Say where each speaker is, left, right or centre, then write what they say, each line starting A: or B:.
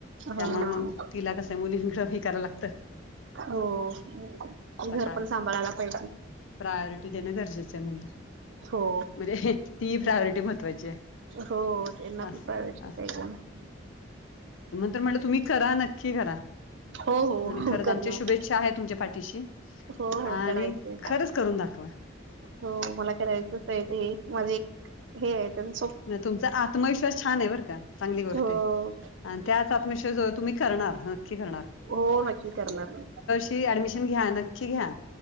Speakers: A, on the left; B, on the right.
A: त्यामुळें
B: हा
A: मगं तिला कसं मुलीं फी करावाला लागतात.
B: हो घरं
A: काय
B: पणं सांभाळांयला पाहिजे.
A: प्रायोरिटी देणं गरजेचं म्हणलं.
B: हो.
A: म्हणजे ती प्रायोरिटी महत्वांची आहे.
B: हो त्यांना
A: असं
B: पणं प्रायटी पाहिजे.
A: तरं म्हटलं तुम्हीं करा नक्की करा
B: हो
A: आणि
B: हो
A: खरं
B: करणार
A: आमच्यां शुभेच्छा आहे तुमच्या पाठीशी
B: हो हो
A: आणि
B: करायचंय
A: खरंच करूंन दाखवां.
B: हो मला करायचंच आहे ते माझे एक हे आहे तरं
A: नाहीं तुमचा आत्मविश्वास छान आहे बरं का चांगली गोष्ट
B: हो
A: आहे. आणि त्याचं आत्मविश्र्वास वर तुम्ही करणारं नक्की करणारं.
B: हो नक्की करणारं नाहीं.
A: ति ऍडमिशन घ्या नक्की घ्या.